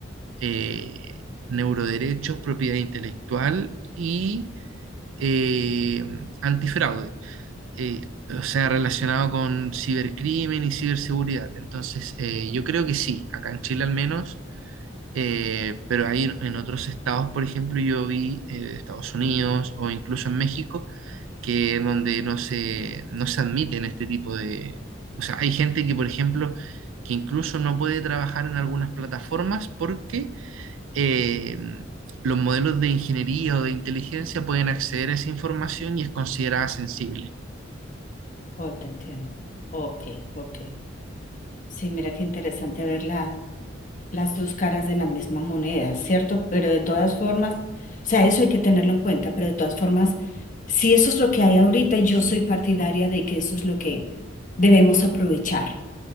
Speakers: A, on the right; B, on the left.
A: eh, neuroderechos, propiedad intelectual y eh, antifraude. eh, o sea, relacionado con cibercrimen y ciberseguridad. Entonces, eh, yo creo que sí, acá en Chile al menos, eh, pero ahí en otros estados, por ejemplo, yo vi eh, Estados Unidos o incluso en México, que donde no se, no se admiten este tipo de... O sea, hay gente que, por ejemplo, que incluso no puede trabajar en algunas plataformas porque eh, los modelos de ingeniería o de inteligencia pueden acceder a esa información y es considerada sensible.
B: Oh, te entiendo. Ok, ok. Sí, mira qué interesante ver la, las dos caras de la misma moneda, ¿cierto? Pero de todas formas, o sea, eso hay que tenerlo en cuenta, pero de todas formas, si eso es lo que hay ahorita, yo soy partidaria de que eso es lo que debemos aprovechar